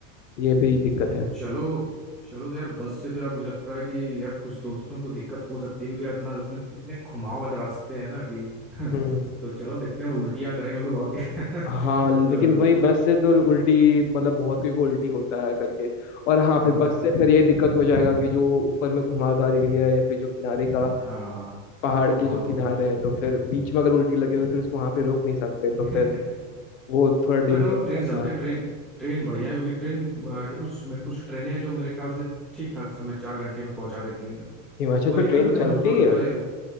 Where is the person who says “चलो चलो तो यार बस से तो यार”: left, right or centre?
Centre